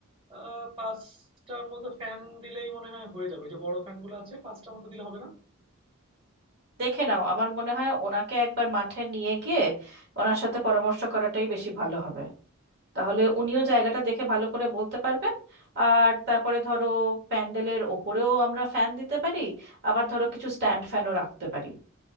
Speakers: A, on the right (about 25°); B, on the right (about 55°).
A: আহ পাঁচটার মতো ফ্যান দিলেই মনে হয় হয়ে যাবে ওই যে বড় ফ্যান গুলো আছে পাঁচটার মতো দিলে হবে না
B: দেখে নাও আমার মনে হয় ওনাকে একবার মাঠে নিয়ে গিয়ে ওনার সাথে পরামর্শ করাটাই বেশি ভালো হবে তাহলে উনিও জায়গাটা দেখে ভালো করে বলতে পারবেন আর তারপরে ধরো প্যান্ডেলের ওপরেও আমরা ফ্যান দিতে পারি আবার ধরো কিছু স্ট্যান্ড ফ্যানও রাখতে পারি